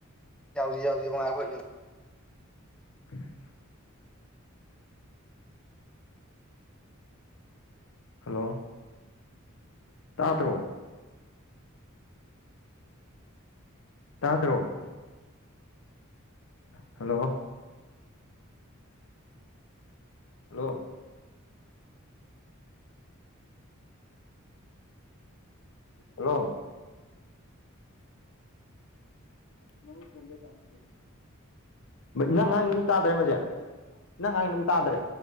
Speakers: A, in the centre; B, on the left (about 65°).
A: ꯌꯥꯎꯖꯤ ꯌꯥꯎꯉꯒꯈꯣꯏ <inaudible>
B: <unintelligible> ꯍꯜꯂꯣ ꯇꯥꯇ꯭ꯔꯣ ꯇꯥꯗ꯭ꯔꯣ ꯍꯜꯂꯣ ꯍꯜꯂꯣ ꯍꯜꯂꯣ ꯗ ꯀ <inaudible> ꯅꯪ ꯉꯥꯡꯢꯗꯣ ꯑꯝ ꯇꯥꯗ꯭ꯔꯦ ꯑꯃꯁꯦ ꯅꯪ ꯉꯥꯡꯢꯗꯣ ꯑꯝ ꯇꯥꯗꯔꯦ